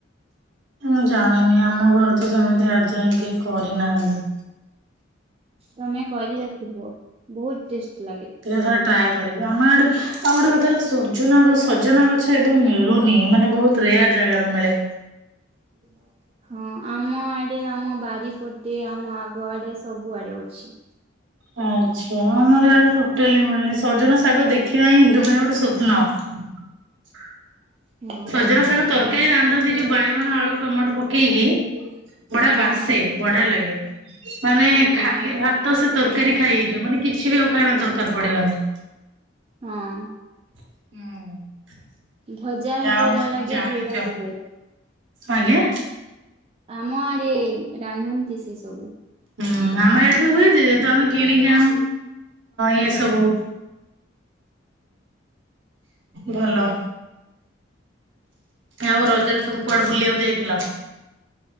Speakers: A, on the right; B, on the right.
A: ମୁଁ ଜାଣିନି ଆମ ଘର ତ ସେମିତି ଆଜି ଯାଏ କେହି କରିନାହାନ୍ତି।
B: ତମେ କରିଖିବ ବହୁତ ଟେଷ୍ଟ ଲାଗେ।
A: ଟିକେ ଥରେ ଟ୍ରାଏ କରିବି ଆମର ଆଡେ ଆଉ ଗୋଟେ କଥା ହେଲା ସଜନା ଗଛ-ସଜନା ଗଛ ଏବେ ମିଳୁନି ମାନେ ବହୁତ ରେୟାର ଜାଗାରେ ମିଳେ।
B: ହୁଁ ହଁ ଆମ ଆଡେ ଆମ ବାରିପଟେ ଆମ ଆଗ ଆଡେ ସବୁଆଡେ ଅଛି।
A: ହଁ। ଆଚ୍ଛା ଆମର ଏଆଡେ ଟୋଟାଲି ମିଳନି ସଜନ ଶାଗ ଦେଖିବା ହିଁ ମାନେ ଗୋଟେ ସ୍ୱପ୍ନ। ହ
B: ହଁ
A: ସଜନା ଶାଗ ତରକାରୀ ରାନ୍ଧନ୍ତି ଯୋଉ ବାଇଗଣ, ଆଳୁ, ଟମାଟୋ ପକେଇକି। ବଢିଆ
B: ହଁ
A: ବାସେ
B: ହଁ
A: ବଢିଆ ଲାଗେ। ମାନେ
B: ହଁ
A: ଖାଲି ଭାତ ସେ ତରକାରୀ ଖାଇ ହେଇଯିବ ମାନେ କିଛି ବି ଆଉ ଖାଇବା ଦରକାର ପଡିବନି।
B: ହଁ।
A: ହୁଁ।
B: ଭଜା ବି
A: ଯା
B: ଭଲ
A: ହଉ ସବୁ
B: ଲାଗେ
A: ଜାଣିଛ
B: ଝୋଲ ବି ଭଲ
A: ଆଜ୍ଞା।
B: ଆମ ଆଡ ରାନ୍ଧନ୍ତି ସେ ସବୁ।
A: ହୁଁ ଆମ ଆଡେ ହୁଏ ଯେ ତ ଆମେ କିଣିକି ଆଣୁ ଇଏ ସବୁ ଭଲ। ଆଉ ରଜରେ ସବୁ କୁଆଡେ ବୁଲିବାକୁ ଯାଇଥିଲା?